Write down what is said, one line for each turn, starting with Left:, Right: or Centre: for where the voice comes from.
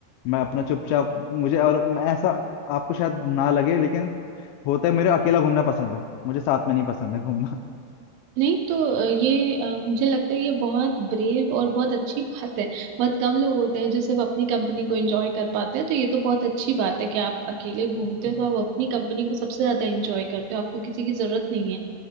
Left: मैं अपना चुपचाप मुझे और मैं ऐसा आपको शायद ना लगे लेकिन होता है मेरे अकेला घूमना पसंद है मुझे साथ में नहीं पसंद है घूमना
Right: नहीं तो अ, ये अ, मुझे लगता है ये बहुत ब्रेव और बहुत अच्छी बात है बहुत कम लोग होते हैं जो सिर्फ अपनी कंपनी को एंजॉय कर पाते हैं तो ये तो बहुत अच्छी बात है कि आप अकेले घूमते
Left: हम्म।
Right: हो तो आप अपनी कंपनी को सबसे ज्यादा एंजॉय करते हो आपको किसी की जरूरत नहीं है